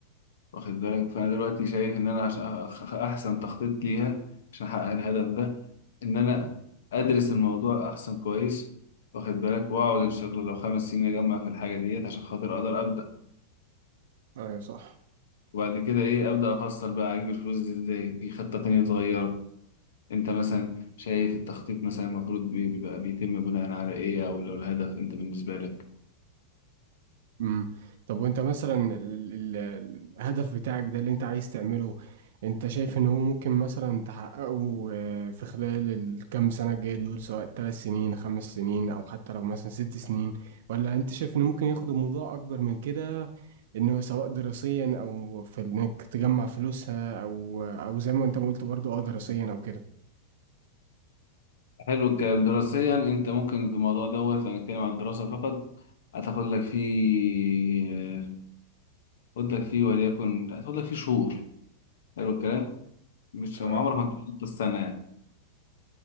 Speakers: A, on the left; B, on the right.
A: واخد بالك فانا دلوقتي شايف ان انا عشان أخ- أخ- احسن تخطيط ليها عشان احقق الهدف ده ان انا ادرس الموضوع احسن كويس واخد بالك واقعد ان شاء الله لو خمس سنين اجمع في الحاجة ديت عشان خاطر اقدر ابدأ
B: اه صح
A: وبعد كده ايه ابدا افصل بقى اجيب الفلوس دي ازاي في خطه تانية صغيره انت مثلا شايف التخطيط مثلا المفروض بي- بيبقى بيتم بناء على ايه او لو الهدف انت بالنسبه لك
B: امم طب وانت مثلا ال- ال- الهدف بتاعك ده اللي انت عايز تعمله انت شايف ان هو ممكن مثلا تحققه آه، في خلال الكام سنة الجاية دول سواء ثلاث سنين خمس سنين او حتى لو مثلا ست سنين ولا انت شايف انه ممكن ياخد الموضوع اكبر من كده انه سواء دراسيا او في انك تجمع فلوسها او او زي ما انت ما قلت برضو اه دراسيا او كده
A: حلو الكلام دراسيا انت ممكن في الموضوع دوت لو هنتكلم عن الدراسه فقط هتاخد لك فيه هتاخد لك فيه وليكن هتاخد لك فيه شهور حلو الكلام مش
B: اه
A: عمرك ما تخطط السنه يعني.